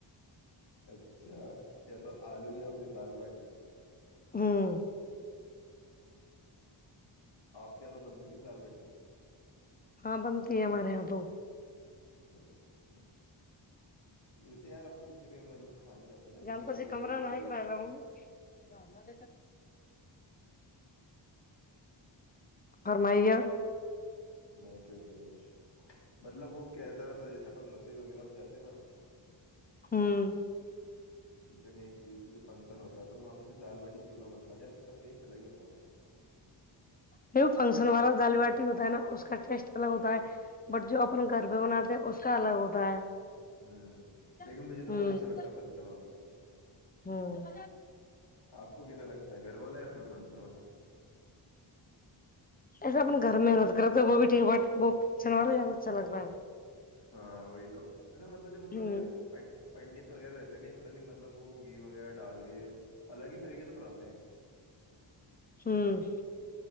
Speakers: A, on the left; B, on the left.
A: اچھا یا تو آلو یا پھر دال باٹی
B: ہوں
A: آپ کیا تو بنتی ہوگیا دال باٹی
B: ہاں بنتی ہے ہمارے یہاں تو
A: اچھا ویسے یار اپن جیسے کہیں مطلب کھانے جاتے ہیں نا جیسے
B: جانتا
A: رسوئی
B: سے
A: وغیرہ
B: کمرہ
A: ہوتی
B: نہیں
A: ہے
B: کر
A: کہ
B: رہالا م فرمائیے
A: نس لینگویج مطلب وہ کیسا رہتا جیسے اپن رسوئی وغیرہ میں جاتے نا
B: ہوں
A: جیسے کہیں کسی کا فنکشن ہوتا ہے تو وہاں پہ جو دال باٹی چورمہ بنتا ہے نا یار اس کا ٹیسٹ الگ ہی ہوتا ہے نا
B: نہیں فنکشن والا دالی باٹی ہوتا ہے نا اس کا ٹیسٹ الگ ہوتا ہے بٹ جو اپن گھر پہ بناتے ہیں اس کا الگ ہوتا ہے
A: ہوں
B: ہمم
A: لیکن مجھے تو وہی اچھا لگتا ہے فنسر والا
B: ہمم
A: آپ کو کیسا لگتا ہے گھر والا یا پھر فنکشن والا
B: ایسا اپنے گھر میں محنت کرے تو وہ بھی ٹھیک ب وہ اچن والا اچھا لگتاا ہے
A: ہاں وہی تو وسا مطلب جو مطلب
B: ہمم
A: یہ پنڈت وغیرہ رہتے نہیں پتا نہیں مطلب وہ گھی وغیرہ ڈال کے الگ ہی طریقے سے بناتے ہیں
B: ہوں